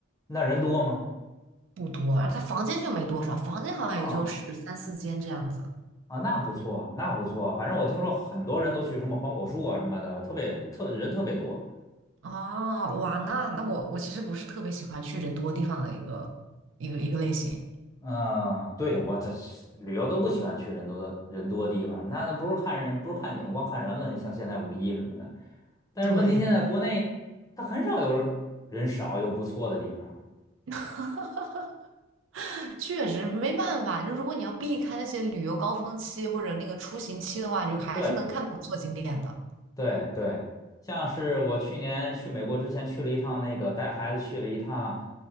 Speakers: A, on the left; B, on the right.
A: 那人多吗？
B: 不多，而它房间就没多少，房间好像也就十三四间这样子。
A: 哦啊，那不错啊，那不错啊。反正我听说很多人都去什么黄果树啊什么的，特别特人特别多。
B: 哦，哇，那那我我其实不是特别喜欢去人多地方的一个一个一个类型。
A: 嗯，对，我这是旅游都不喜欢去人多的人多的地方，那不是看人，不是看景，光看人了。你像现在五一什么的，但是问题现在国内它很少有人人少又不错的地方。
B: 对，<laughs> <laughs> 确实没办法，就如果你要避开那些旅游高峰期或者那个出行期的话，你就还是能看到不错景点的。
A: 对对对，像是我去年去美国之前去了一趟那个带孩子去了一趟，